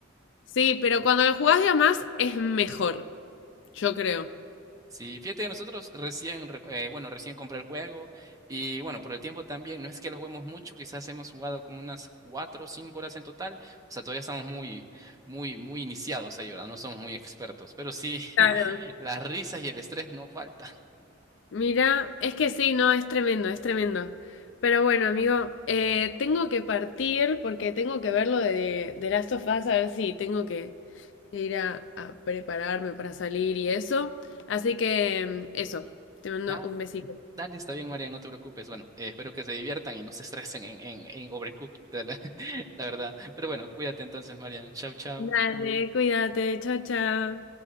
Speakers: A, on the left; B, on the right.
A: sí, pero cuando lo jugás de a más es mejor, yo creo.
B: Sí, fíjate que nosotros recién, re- eh, bueno, recién compré el juego y bueno, por el tiempo también, no es que lo juguemos mucho, quizás hemos jugado como unas cuatro o cinco horas en total, o sea, todavía estamos muy, muy, muy iniciados ahí, ¿verdad? No somos muy expertos, pero sí,
A: Claro.
B: <laughs> las risas y el estrés no faltan. <laughs>
A: Mira, es que sí, no, es tremendo, es tremendo. Pero bueno, amigo, eh, tengo que partir porque tengo que ver lo de, de Last of Us, a ver si tengo que, ir a, a prepararme para salir y eso. Así que mm, eso, te mando
B: Ah,
A: un besito.
B: dale, está bien, María, no te preocupes. Bueno, eh, espero que se diviertan y no se estresen en, en, en Overcooked, <laughs> la, la verdad. Pero bueno, cuídate entonces, María. Chao, chao.
A: Dale, cuídate, chao, chao.